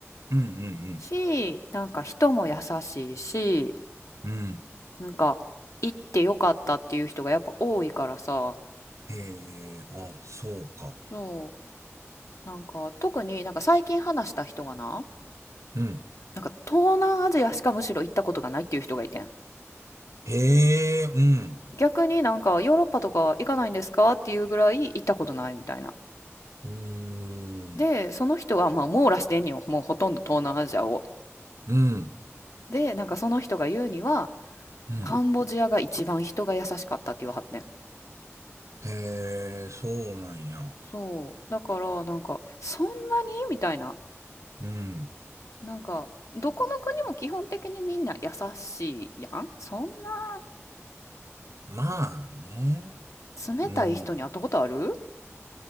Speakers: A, on the right (about 80°); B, on the left (about 80°).
A: うん、うん、
B: し、なんか人も優しいし、
A: うん。うん。
B: なんか行ってよかったっていう人がやっぱ多いからさ、
A: へえ、あ、そうか。
B: そう、なんか特になんか最近話した人がな、
A: うん。
B: なんか東南アジアしかむしろ行ったことがないっていう人がいてん。
A: へえ、うん。
B: 逆になんかヨーロッパとか行かないんですかっていうぐらい行ったことないみたいな。
A: うーん。
B: で、その人はまあ網羅してんよ。もうほとんど東南アジアを。
A: うん。
B: で、なんかその人が言うには、
A: うん。
B: カンボジアが一番人が優しかったって言わはってん。
A: へえ、そうなんや。
B: そう。だからなんか、そんなにみたいな。
A: うん。
B: なんか、どこの国も基本的にみんな優しいやんそんな
A: まあね。
B: 冷たい人に会ったことある
A: うん。